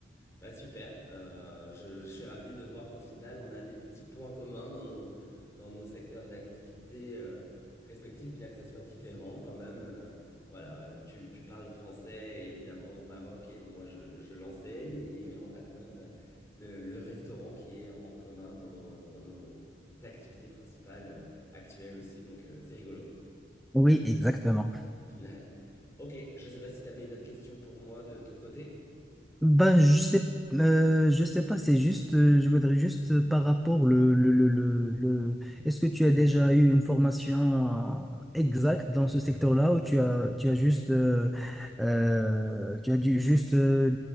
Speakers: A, on the left; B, in the centre.
A: Bah super, Euh, je, je suis ravi de voir qu'au final, on a des petits points communs dans nos, dans nos secteurs d'activité euh, respectifs, bien que ça soit différent quand même. Euh, voilà, euh, tu, tu parles français évidemment au Maroc et moi je, je l'enseigne et on a quand même euh, le, le restaurant qui est en commun dans nos, dans nos activités principales euh, actuelles aussi, donc euh, c'est rigolo.
B: Oui, exactement.
A: <laughs> Ok, je ne sais pas si tu avais une autre question pour moi de ton côté.
B: Ben, je sais, euh, je sais pas, c'est juste, euh, je voudrais juste euh, par rapport le, le, le, le, le- Est-ce que tu as déjà eu une formation euh, exacte dans ce secteur-là ou tu as, tu as juste, euh, euh, tu as dû juste euh,